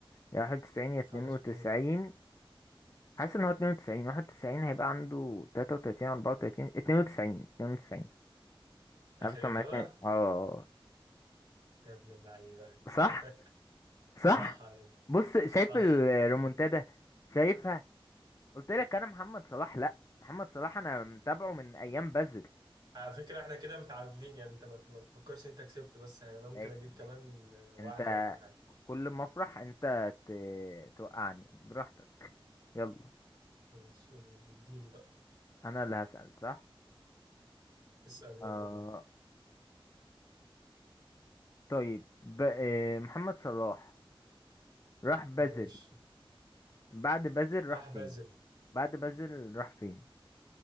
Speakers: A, on the left; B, on the right.
A: يا واحد وتسعين يا اتنين
B: خلاص
A: وتسعين
B: قول
A: حاسس ان هو اتنين وتسعين واحد وتسعين هيبقى عنده تلاتة وتلاتين أربعة وتلاتين اتنين وتسعين اتنين وتسعين
B: آخر
A: عارف طب ما
B: إجابة
A: اتنين- اه
B: يا ابن اللعيبة
A: صح
B: <laughs>
A: صح
B: صح عليك
A: بص شايف
B: صح
A: الريمونتادا شايفها قلت لك انا محمد صلاح لا محمد صلاح انا متابعه من ايام بازل
B: على فكرة احنا كده متعادلين يعني انت ما ما تفكرش انت كسبت بس يعني انا ممكن
A: ماشي
B: اجيب
A: ماشي
B: كمان واحدة
A: انت
B: ولا حاجة
A: كل ما افرح انت ت- توقعني براحتك يلا
B: ماشي قول. اديني بقى
A: انا اللي هسأل صح
B: اسأل يلا
A: آه
B: بينا
A: طيب ب... آه، محمد صلاح راح بازل
B: ماشي
A: بعد بازل راح
B: راح بازل
A: فين بعد بازل راح فين